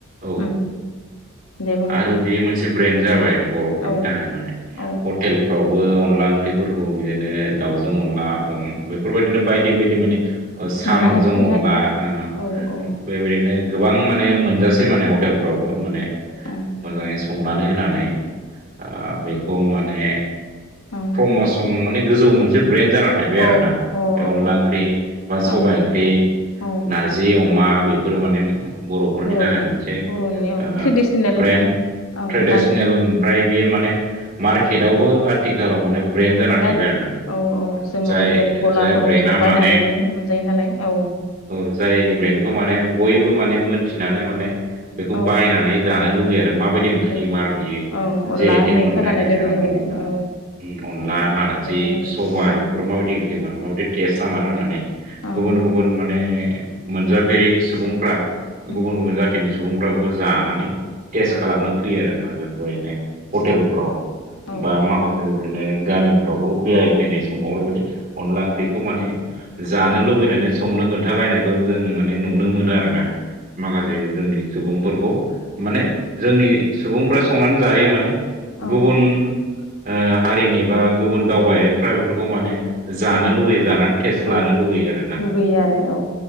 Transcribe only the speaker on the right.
औ
आरो
बेयो मोनसे ब्रेन्ड जाबाय बर'फोरनि
थाखाय माने
हटेलफ्राव। बो अनला ओंख्रिफोरखौ बिदिनो दाउजों
अनला अमा। बेफोरबायदिनो बायदि बायदि माने साम'जों
अनला
ओ।
बेबायदिनो गोबां माने मोनजासै माने हटेल- फ्रावबो माने
मोजाङै संनानै होनानै ओ बेखौ मा- माने
फ्रमसन गोजौ मोनसे ब्रेन्ड जाना थाहैबाय
आरोना।
बे अनला
ओंख्रि बा
सबाय ओंख्रि
नारजि अमा बेफोरो माने
बर'फोरनि
थाखाय मोनसे
ओ
ब्रे- न्द
ट्रेडिसनेल
ओमफ्राय बियो
माने मार्केटआवबो आथिखालाव माने ब्रइेन जाना
थाहैबाय
आरोना।
जाय
जाय ब्रेना
माने
औ जाय ब्रेन्डखौ माने बयबो माने मोनथिनानै माने बेखौ
बायनानै जानो लुुबैयो आरो माबायदि
ओंख्रि मार बियो
जे आइ
टेंग मोनलायनाय
ओ
अनला।
अनला,
नारजि,
सबाइ बेफोराव माबायदि ओंख्रिमा माबायदि टेस्टआ मार
होननानै।
गुबुन गुबुन माने मोनजाफेरि सुबुंफ्रा
गुबुन गुबुन जाथिनि सुबुंफ्रा बेखौ जानानै। टेस्ट
खालामनो फैयो आरो मा बेफोरहायनो
हटेलफ्राव।
बा माबा बिदिनो गामिफ्रावबो बेराय फैनाय समाव बेबायदि अनला ओंख्रिखौ माने जानो लुबैनाय माने संनो खोन्थालायनायखौ जों माने नुनो मोनो आरोना। माखासे जोंनि सुबुंफोरखौ
माने जोंनि सुबुंफ्रा संनानै जाहैयो माने
गुबुन ओ हारिनि बा गुबुन दावबायारिफ्रा बेफोरखौ माने जानो
लुगैयो जानानै टेस्ट लानो
लुगैयो आरोना।